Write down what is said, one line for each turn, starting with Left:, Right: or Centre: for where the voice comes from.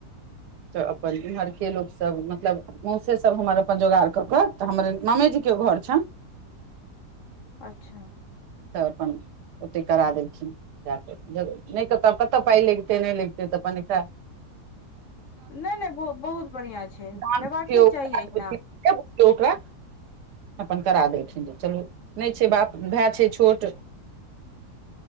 Right: तऽ अपनहरके लोक सब मतलब मौसे सब हमर अपन जोगार कऽ कऽ तऽ हमर ननैद के घर छन।
Left: अच्छा
Right: तऽ अपन ओतेक करा देलखिन जा कऽ जब नहि तब कतय पाइ लगितै नै लगतै तऽ पनिक
Left: नैय नैय बहु बहुत बढ़िआँ छैय
Right: दान
Left: हेबाकी
Right: बुझियौ उपकार
Left: चाही एहिना।
Right: बुझियौ ओकरा अपन करा देलखिनऽ चलू नैय छैय बाप भाय छैय छोट।